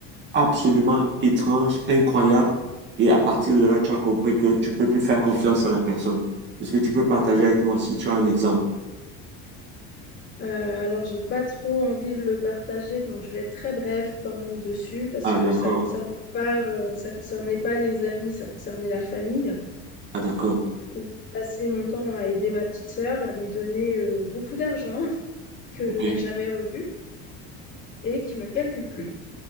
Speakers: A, on the right; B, on the left.
A: absolument étrange, incroyable, et à partir de là, tu as compris que tu peux plus faire confiance à la personne. Est-ce que tu peux partager avec moi si tu as un exemple?
B: Euh, alors, j'ai pas trop envie de le partager, donc je vais être très bref quand même dessus parce
A: Ah,
B: que
A: d'accord.
B: ça concerne pas, euh, ça concernait pas les amis, ça concernait la famille.
A: Ah, d'accord.
B: Où J'ai passé mon temps à aider ma petite sœur, à lui donner euh, beaucoup d'argent <laughs> que
A: OK.
B: je n'ai jamais revu et qui me calcule plus.